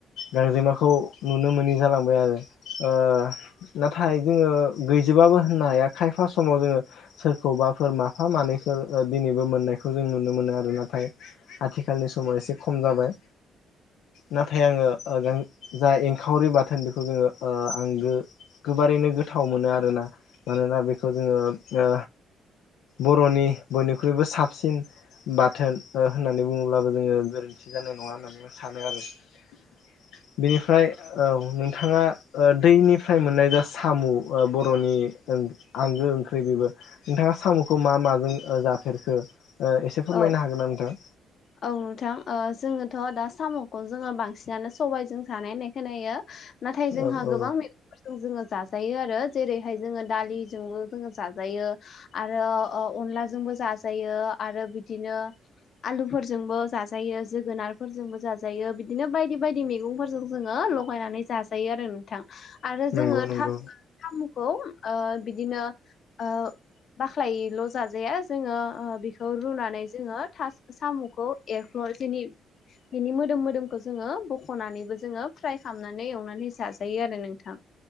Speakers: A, on the left (about 85°); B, on the left (about 60°).
A: गांजेमाखौ नुनो मोनोै जालांबाय आरो ओ नाथाय जोङो गैजोब। होननो हाया खायफा समाव जोङो सोरखौबाफोर माफा मानैफोर दिनैबो मोननायखौ जों। नुनो मोनो आरो नाथाय आथिखालनि समाव एसे खम जाबाय। नाथाय आङो जा एंखावरि बाथोन बेखौ जोङो ओ आंगो। गोबारैनो गोथाव मोनो आरोना मानोना बेखौ जोङो ओ। बर'नि बयनिख्रुइबो साबसिन बाथोन होननानै बुङोब्लाबो जोङो गोरोन्थि जानाय नङा होननानै आं सानो आरो। <inaudible> बेनिफ्राय औ नोंथाङा दैनिफ्राय मोननाय जा सामु ओ बर'नि। आंगो ओंख्रि बेबो नोंथाङा साम'खौ मा माजों जाफेरखो? एसे फोरमायनो
B: औ
A: हागोन ना नोंथां।
B: औ नोंथां जोङोथ' दा साम'खौ जोङो बांसिनानो सबाइजों जानाय होननाय खोनायो। नाथाय जोंहा
A: औ औ
B: गोबां मेगंफोरजों जोङो। जाजायो आरो जेरै दालिजोंबो जाजियो आरो अनलाजोंबो जाजायो आरो बिदिनो आलु फोरजोंबो जाजायो जोगोनारफोरजोंबो जाजायो बिदिनो बायदि बायदि मैगंफोरजों जोङो लगायनानै। नै जाजायो आरो नोंथां आरो जोङो
A: नंगौ नंगौ
B: था सामुखौ। ओ बिदिनो ओ बाख्लायल' जाजाया जोङो बेखौ रुनानै जोङो था साम'खौ एरख्ल' जनि बिनि मोदोम मोदोमखौ जोङो बख'नानैबो जोङो फ्राय खालाम खामनानै एवनानै जाजायो आरो नोंथां